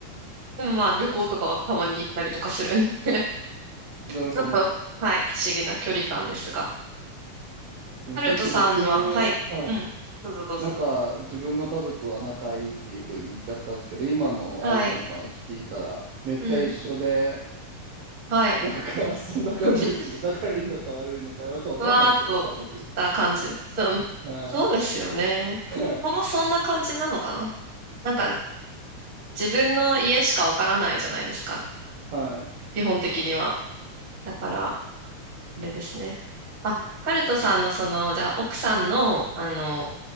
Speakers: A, on the right; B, on the right.
A: でもまあ旅行とかはたまに行ったりとかするんで
B: い。
A: <laughs>
B: なるほど。
A: ちょっと、はい、不思議な距離感ですが。
B: でもさっき僕も、
A: ハルトさんは、はい、
B: はい。
A: うん、どうぞどうぞ。
B: なんか、自分の家族は仲いいっていうふうに言っちゃったんですけど、今の愛理さんの話聞いたら、
A: はい、
B: めっちゃ一緒で、
A: うん、はい。
B: なんか、そんな感じですね。
A: <laughs>
B: 仲いいのか悪いのか、よくわかんないですよね、
A: ふわーっとした感じ。
B: 家族って。
A: そう、
B: は
A: そうですよね。
B: い。はい。
A: ここもそんな感じなのかな。なんか自分の家しかわからないじゃないですか。
B: はい。
A: 基本的には。だから、あれですね。あ、ハルトさんのその、じゃあ奥さんの、あの、